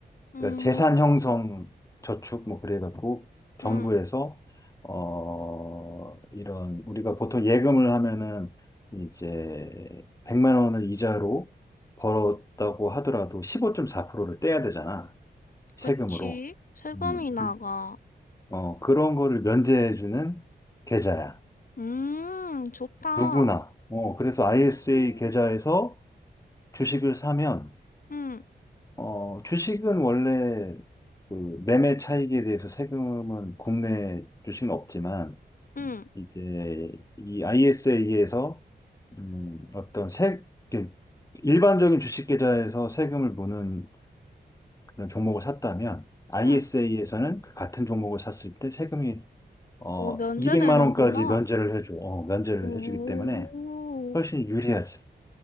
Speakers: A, on the left; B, on the left.
A: 음,
B: 그러니까 재산 형성 저축, 뭐, 그래갖고, 정부에서,
A: 음.
B: 어, 이런, 우리가 보통 예금을 하면은, 이제, 100만 원을 이자로 벌었다고 하더라도 15.4%를 떼야 되잖아.
A: 그치.
B: 세금으로.
A: 세금이
B: 음.
A: 나가.
B: 어, 그런 거를 면제해주는 계좌야.
A: 음, 좋다.
B: 누구나. 어, 그래서 ISA
A: 음,
B: 계좌에서 주식을 사면,
A: 음,
B: 어, 주식은 원래 그 매매 차익에 대해서 세금은 국내 주식은 없지만,
A: 음.
B: 이제 이 ISA에서 음, 어떤 세, 이렇게 일반적인 주식 계좌에서 세금을 무는 그런 종목을 샀다면, ISA에서는
A: 음.
B: 같은 종목을 샀을 때 세금이 어,
A: 어, 면제
B: 200만
A: 되는구나.
B: 원까지 면제를 해줘. 어, 면제를
A: 오,
B: 해주기 때문에 훨씬 유리하지.